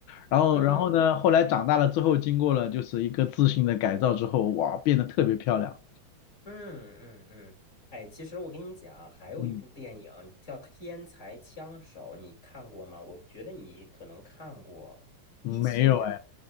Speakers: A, on the left; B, on the left.
A: 然后然后呢，
B: 嗯。
A: 后来长大了之后，经过了就是一个自信的改造之后，哇，变得特别漂亮。
B: 嗯嗯嗯，哎，其实我跟你讲，还有一部电影叫《天才枪手》，
A: 嗯，
B: 你看过吗？我觉得你可能看过，
A: 没有哎，
B: 一七年